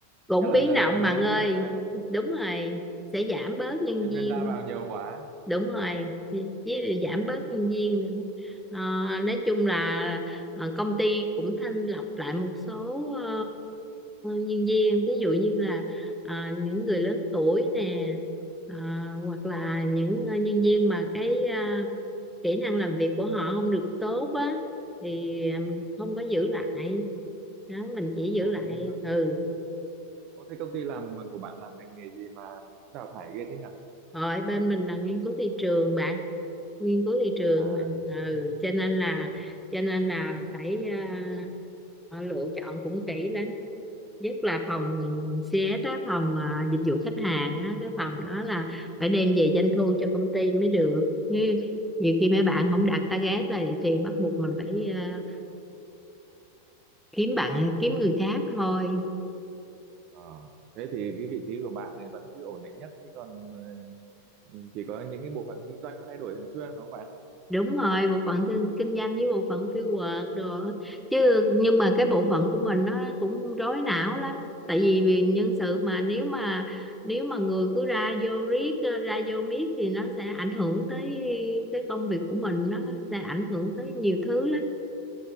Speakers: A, in the centre; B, on the right (about 40°).
A: cũng
B: Chắc là
A: biến
B: ờ,
A: động bạn
B: nhân
A: ơi
B: viên ờ,
A: đúng rồi sẽ giảm bớt nhân
B: nhân
A: viên
B: viên ra vào nhiều quá.
A: đúng rồi với giảm bớt nhân viên nữa Ờ, nói chung là ờ, công ty cũng thanh lọc lại một số ờ, nhân viên ví dụ như là ờ, những người lớn tuổi nè ờ, hoặc là những ờ, nhân viên mà cái ờ, kỹ năng làm việc của họ không được tốt á thì ừm, không có giữ lại đó mình chỉ giữ
B: Ồ,
A: lại
B: công
A: ừ
B: Ồ, thế công ty làm ờ, của bạn làm ngành nghề gì mà cũng đào thải ghê thế nhỉ?
A: rồi bên mình là nghiên cứu thị trường bạn nghiên cứu thị trường
B: À,
A: mà
B: Rất
A: ừ,
B: thị trường
A: cho nên là cho nên là phải à, họ lựa chọn cũng kỹ lắm nhất là phòng CS á, phòng à, dịch vụ khách hàng á, cái phòng đó là phải đem về doanh thu cho công ty mới được như nhiều khi mấy bạn không đạt target là thì bắt buộc mình phải à, kiếm bạn kiếm người khác thôi
B: ờ, thế thì cái vị trí của bạn này vẫn cứ ổn định nhất chứ còn ờ, chỉ có những cái bộ phận kinh doanh mới thay đổi thường xuyên đúng không bạn?
A: đúng rồi bộ phận kinh, kinh doanh với bộ phận fieldwork đồ á. chứ nhưng mà cái bộ phận của mình nó cũng rối não lắm tại vì vì nhân sự mà nếu mà nếu mà người cứ ra vô riết ờ, ra vô miết thì nó sẽ ảnh hưởng tới cái công việc của mình nó sẽ ảnh hưởng tới nhiều thứ lắm